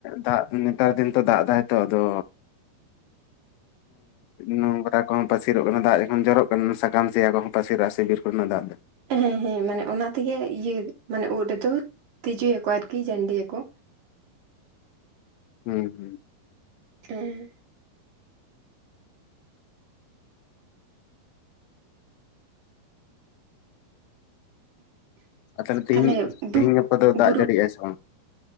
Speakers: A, on the left; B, on the right.
A: ᱫᱟᱜ ᱱᱮᱛᱟᱨ ᱫᱤᱱ ᱛᱚ ᱫᱟᱜ ᱮᱫᱟᱭ ᱛᱚ ᱟᱫᱚ, ᱱᱚᱝᱨᱟ ᱠᱚᱦᱚᱸ ᱯᱟᱹᱥᱤᱨᱚᱜ ᱠᱟᱱᱟ, ᱫᱟᱜ ᱡᱚᱠᱷᱚᱱ ᱡᱚᱨᱚᱜ ᱠᱟᱱᱟ ᱥᱟᱠᱟᱢ ᱥᱮᱭᱟ ᱠᱚᱦᱚᱸ ᱯᱟᱹᱥᱤᱨᱟᱜᱼᱟ ᱥᱮ ᱵᱤᱨ ᱠᱚᱨᱮᱱᱟᱜ ᱫᱟᱜ ᱫᱚ ᱾
B: ᱦᱮᱸ ᱦᱮᱸ ᱢᱟᱱᱮ ᱚᱱᱟ ᱛᱮᱜᱮ ᱤᱭᱟᱹ ᱢᱟᱱᱮ ᱳᱫ ᱨᱮᱫᱚ ᱛᱮᱡᱳᱭ ᱟᱠᱚ, ᱟᱨᱠᱤ ᱡᱟᱹᱱᱰᱤᱭ ᱟᱠᱚ ᱾
A: ᱦᱮᱸ ᱦᱩᱸ
B: ᱦᱮᱸ
A: ᱟᱨ ᱛᱟᱦᱚᱞᱮ ᱛᱮᱦᱤᱧ
B: ᱛᱟᱦᱞᱮ
A: ᱛᱮᱦᱤᱧ
B: ᱰᱩ
A: ᱜᱟᱯᱟ ᱫᱚ ᱫᱟᱜ
B: ᱵᱩᱨᱩ
A: ᱡᱟᱹᱲᱤ ᱮᱜ ᱟᱭ ᱥᱮ ᱵᱟᱝ?